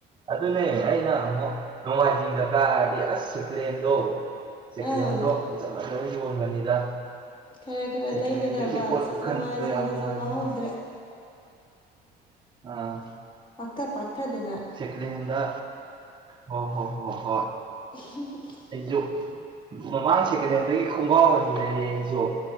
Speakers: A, on the right; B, on the left.
A: ꯑꯗꯨꯅꯦ ꯑꯩꯅ ꯅꯣꯡꯃꯥꯏꯖꯤꯡꯗ ꯀꯥꯔꯗꯤꯦ ꯑꯁ ꯁꯦꯀ꯭ꯂꯦꯟꯗꯣ ꯁꯦꯀꯦꯟ
B: ꯑꯧ
A: ꯍꯦꯟꯗꯣ ꯐꯖ ꯐꯖꯅ ꯌꯣꯟꯕꯅꯤꯗ
B: ꯈꯔ ꯈꯔ
A: ꯁ‌ꯦꯀ‌ꯦꯂ‌ꯦꯟꯗꯩ
B: ꯂꯩꯒꯗꯕ
A: ꯄꫭꯠ ꯈꯟꯕꯗꫭ
B: ꯅꯋꯥꯏꯁꯤꯡꯗꯨꯁꯨ
A: ꯌꯥꯝ ꯅꯨꯉꯥꯏꯕꯅꯤ
B: ꯀꯥꯍꯧꯗ꯭ꯔꯦ
A: ꯎꯝ
B: ꯄꯥꯛꯊ ꯄꯥꯛꯊꯗꯅ
A: ꯁꯦꯀꯦꯜ ꯍꯦꯟꯗ ꯍꯣ ꯍꯣ ꯍꯣ ꯍꯣꯏ
B: <unintelligible>
A: ꯑꯩꯁꯨ ꯃꯃꯥꯡ ꯁꯦꯀꯦꯟ ꯍꯦꯟꯗꯒꯤ ꯈꯣꯡꯒꯥꯎ ꯑꯅꯤ ꯂꯩꯔꯦ ꯑꯩꯁꯨ